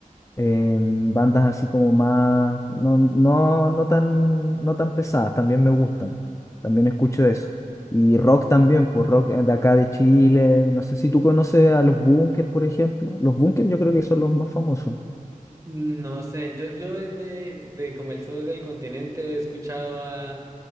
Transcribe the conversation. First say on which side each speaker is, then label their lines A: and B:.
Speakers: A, on the left (about 20°); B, on the right (about 25°).
A: eh, bandas así como más, no, no, no tan, no tan pesadas, también me gustan. También escucho eso. Y rock también, pues rock eh, de acá de Chile. No sé si tú conoces a los Bunkers, por ejemplo. Los Bunkers yo creo que son los más famosos.
B: No sé, yo, yo de, de de como el sur del continente he escuchado a,